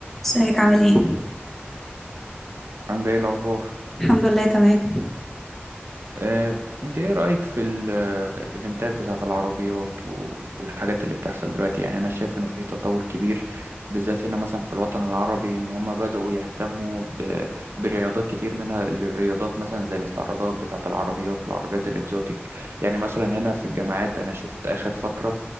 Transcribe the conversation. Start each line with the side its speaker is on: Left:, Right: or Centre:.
Centre: ازيك عامل ايه
Right: عاملة ايه الأخبار؟
Centre: الحمد لله تمام
Right: آه، انت ايه رأيك في الايفنتات بتاعة العربيات و- والحاجات اللي بتحصل دلوقتي يعني انا شايف انه في تطور كبير بالذات هنا مثلا في الوطن العربي ان هم بدأوا يهتموا ب- برياضات كتير منها الرياضات مثلا زي الاستعراضات بتاعة العربيات والعربيات الاكزوتيك يعني مثلا هنا في الجامعات انا شفت اخر فترة